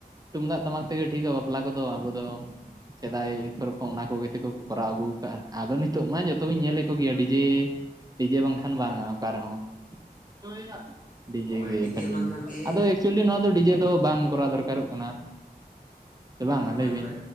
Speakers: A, on the right; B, on the left.
A: ᱛᱩᱢᱫᱟᱜ ᱴᱟᱢᱟᱠ ᱛᱮᱜᱮ ᱴᱷᱤᱠᱟ ᱵᱟᱯᱞᱟ ᱠᱚᱫᱚ ᱟᱵᱚ ᱫᱚ ᱥᱮᱫᱟᱭ ᱠᱷᱨᱮ ᱠᱷᱚᱱ ᱚᱱᱟ ᱠᱚᱜᱮ ᱛᱮ ᱠᱚ ᱠᱚᱨᱟᱣ ᱟᱹᱜᱩ ᱟᱠᱟᱟᱜᱼᱟ ᱟᱫᱚ ᱱᱤᱛᱚᱜ ᱢᱟ ᱡᱚᱛᱚᱵᱤᱧ ᱧᱮᱞᱮᱫ ᱠᱚᱜᱮᱭᱟ ᱰᱤᱡᱮ ᱯᱤᱡᱮ ᱵᱟᱝᱠᱷᱟᱱ ᱵᱟᱝ-ᱟ ᱚᱠᱟ ᱨᱮᱦᱚᱸ <unintelligible> ᱰᱤᱡᱮ
B: ᱦᱳᱭ
A: ᱜᱮ ᱠᱷᱟᱹᱞᱤ
B: ᱵᱟᱝᱠᱷᱟᱱ ᱜᱮ
A: ᱟᱫᱚ ᱮᱠᱪᱩᱭᱞᱤ ᱱᱚᱣᱟ ᱫᱚ ᱰᱤᱡᱮ ᱫᱚ ᱵᱟᱝ ᱠᱚᱨᱟᱣ ᱫᱚᱨᱠᱟᱨᱚᱜ ᱠᱟᱱᱟ ᱥᱮ ᱵᱟᱝᱼᱟ
B: ᱦᱳᱭ
A: ᱞᱟᱹᱭ ᱵᱤᱱ᱾
B: ᱦᱳᱭ